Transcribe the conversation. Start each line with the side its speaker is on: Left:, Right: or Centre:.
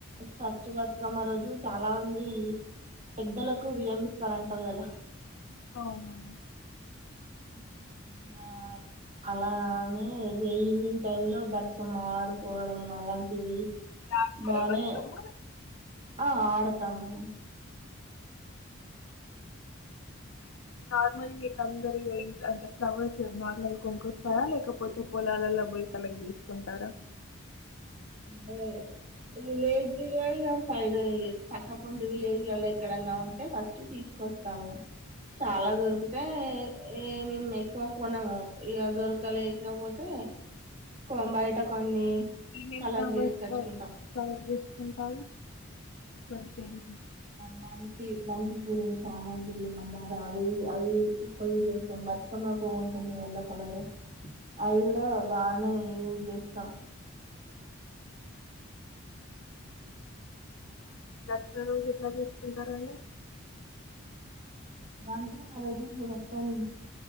Right: ఫస్ట్ బతుకమ్మ రోజు చాలా మంది పెద్దలకు వియమిస్తారంటారు కదా
Left: అవునవును
Right: మ్మ్ మల్లా అలానే ఈవినింగ్ టైమ్ లో బతుకమ్మ ఆడుకోవడం అలాంటివి
Left: మీరు ఆడుతారా
Right: బానే
Left: బతుకమ్మ
Right: ఆ ఆడతాం మేమ్
Left: నార్మల్ వీళందరి అంటే ఫ్లవర్స్ నార్మల్ కొనుకొస్తారా లేకపోతే పొలాలలో పోయి కలెక్ట్ చేసుకుంటారా
Right: అంటే విలేజ్లో సైడ్ పక్కపండి విలేజ్లలో ఎక్కడన్నా ఉంటే ఫస్ట్ తీసుకొస్తాము చాలా దొరికితే ఏ మేము ఎక్కువ కొనము ఇక దొరకలేకపోతే కొంబయట కొన్ని
Left: ఏమేమీ
Right: కలెక్ట్
Left: కొనకాచ్
Right: చేసుకచ్చుకుంటాం
Left: క కలెక్ట్ చేసుకుంటారు వాటి పేర్లు
Right: బంతి బంతి పూలు చామంతి మందార అవి అవి యూజ్ చేస్తాం బతుకమ్మ పువ్వు ఉంటుంది ఎల్లో కలర్ అవి కూడా బానే యూజ్ చేస్తాం
Left: <inaudible> ఉంటనండి
Right: ంటే ఆ రోజు మొత్తం